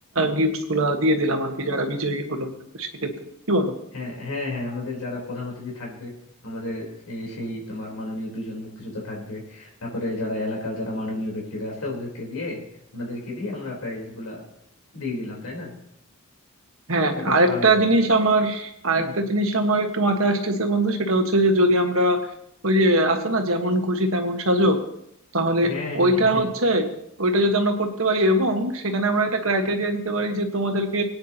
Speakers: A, on the right; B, on the left.
A: গিফট গুলা দিয়ে দিলাম আর কি যারা বিজয়ী হলো সেক্ষেত্রে কি বলো
B: হ্যাঁ হ্যাঁ হ্যাঁ আমাদের যারা প্রধান অতিথি থাকবে আমাদের এই সেই তোমার মাননীয় দুজন মুক্তিযোদ্ধা থাকবে তারপরে যারা এলাকার যারা মাননীয় ব্যক্তিরা আছে ওদেরকে দিয়ে ওনাদেরকে দিয়ে আমরা প্রাইজ গুলা দিয়ে দিলাম তাই না
A: হ্যাঁ
B: এটা বেশ
A: আরেকটা
B: ভালো হয়
A: জিনিস আমার আরেকটা
B: হুম,
A: জিনিস আমার একটু মাথায় আসতেছে বন্ধু সেটা হচ্ছে যে যদি আমরা ওই যে আছে না যেমন খুশি তেমন সাজো তাহলে
B: হ্যাঁ
A: ওইটা
B: হ্যাঁ
A: হচ্ছে ওইটা যদি আমরা করতে পারি এবং সেখানে আমরা একটা ক্রাইটেরিয়া দিতে পারি যে তোমাদেরকে